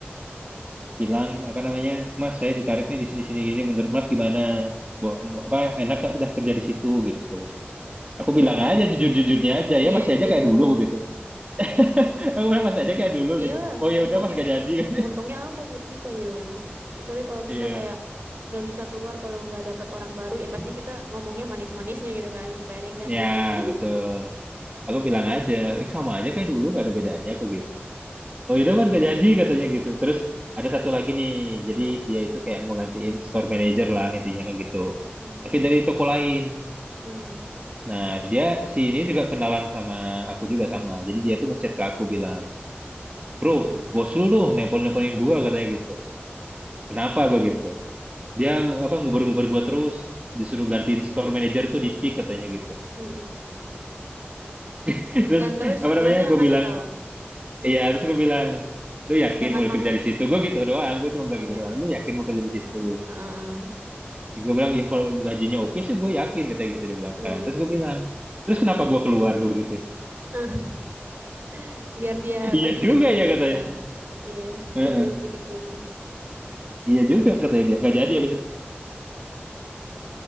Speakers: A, on the right; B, on the right.
A: bilang apa namanya, Mas saya ditariknya di sini sini gini, menurut Mas gimana? Bo- apa enak gak sudah kerja di situ gitu? Aku bilang aja jujur-jujurnya aja
B: Iya,
A: ya masih aja
B: jujur.
A: kayak dulu gitu. <laughs> Aku bilang masih aja kayak dulu
B: Iyalah,
A: gitu. Oh ya
B: untungnya,
A: udah Mas gak jadi. <laughs>
B: untungnya apa buat kita gitu kan? Kecuali kalau
A: Iya,
B: kita kayak gak bisa keluar kalau nggak dapat orang baru, ya pasti kita ngomongnya manis-manisnya gitu kan, supaya ada yang gantiin.
A: ya
B: <laughs>
A: betul. Aku bilang aja "Eh, sama aja kayak dulu gak ada bedanya
B: Iya.
A: aku gitu. oh itu mas gak jadi katanya gitu terus ada satu lagi nih jadi dia itu kayak mau gantiin store manager lah intinya kan gitu
B: Mm-mm.
A: tapi dari toko lain
B: Mm.
A: nah dia si ini juga kenalan sama aku juga sama jadi dia tuh ngechat ke aku bilang bro
B: Gimana?
A: bos lu dong nelpon-nelponin gua katanya gitu kenapa gua gitu dia apa ngubar-ngubar gua terus disuruh gantiin store manager tuh di pick katanya gitu <laughs>
B: Mm-mm.
A: terus
B: Dan terus
A: apa namanya
B: masnya
A: gue
B: ngasih
A: bilang
B: tahu,
A: iya terus gue bilang lu yakin
B: jangan
A: mau
B: mau.
A: kerja di situ gue gitu doang gue cuma
B: Iya
A: bilang gitu
B: ya.
A: doang lu yakin mau kerja di situ
B: Heeh.
A: gue bilang ya kalau gajinya oke sih gue yakin katanya gitu dia bilang
B: Mm-mm.
A: kan terus gue bilang terus kenapa gue keluar gue gitu
B: Eh, <laughs> Biar dia
A: <laughs> iya
B: berpikir
A: juga
B: kritis
A: ya katanya
B: ya. Iya,
A: Heeh.
B: biar dia berpikir kritis.
A: iya juga katanya dia nggak jadi habis itu